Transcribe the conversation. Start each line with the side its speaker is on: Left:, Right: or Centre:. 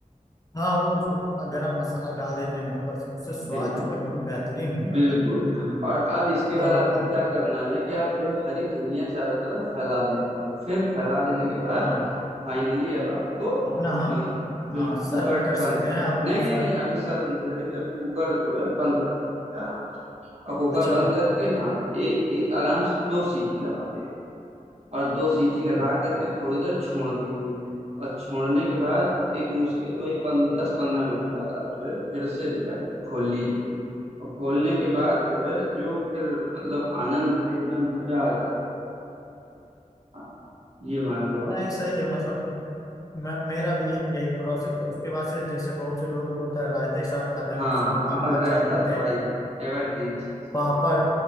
Left: हाँ वो जो गरम मसाला डाल देते हैं ऊपर से उससे स्वाद
Right: बिल्कुल
Left: जो है बहुत बेहतरीन हो जाता
Right: बिल्कुल
Left: है हम्म,
Right: और अब इसके
Left: तो
Right: बाद आपको
Left: अब
Right: क्या करना है कि आप जो है हरी धनिया चारों तरफ फैला देंगे और फिर फैला देने के बाद
Left: हाँ
Right: फाइनली अब आपको
Left: अपना हम
Right: अ, बिल्कुल
Left: हाँ सर्व
Right: कुकर
Left: कर
Right: बंद
Left: सकते हैं
Right: कर
Left: अपने
Right: नहीं नहीं
Left: सा-
Right: नहीं अभी सर्व नहीं करेंगे अभी कुकर जो है बंद कर देंगे आराम से और कुकर
Left: अच्छा
Right: बंद करके हाँ ये ये आराम से दो सीटी लगा दें और दो सीटी लगा
Left: हम्म,
Right: करके थोड़ी देर छोड़ देंगे और छोड़ने के बाद एक मुश्किल वही पन, दस पंद्रह मिनट बाद आप जो है फिर से जो है खोल लीजिए और खोलने के बाद जो है जो फिर मतलब आनंद है एकदम मजा आ जाता है हाँ, ये मान लो
Left: नहीं
Right: आप
Left: सही है मतलब मैं, मेरा भी ये- यही प्रोसेस उसके बाद से जैसे बहुत से लोगों को होता है रायते के साथ खाते हैं
Right: हाँ
Left: बहुत से
Right: हाँ
Left: लोग आम
Right: और
Left: का अचार
Right: रायता
Left: लेते
Right: तो
Left: हैं
Right: भाई एवरग्रीन चीज
Left: पापड़